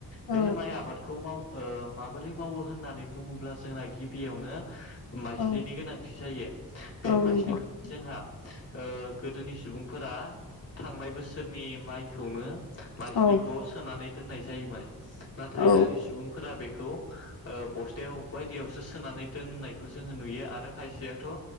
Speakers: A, on the left; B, on the left.
A: बे
B: औ
A: माय आबाद खौ ओ माबोरै मावो होननानै बुङोब्ला जोंना गिबियावनो माइज्लिनि
B: औ
A: गोनांथि जायो बे
B: औ
A: माइज्लिखौ
B: नंगौ
A: जोंहा ओ गोदोनि सुबुं फोरा थांनाय बोसोरनि मायखौनो माइज्लिखौ
B: औ
A: सोनानै दोननाय जायोमोन।
B: औ
A: दानि सुबुंफोरा बेखौ ओ बस्थायाव बायदियावसो सोनानै दोननायखौ जोङो नुयो। आरो खायसेयाथ'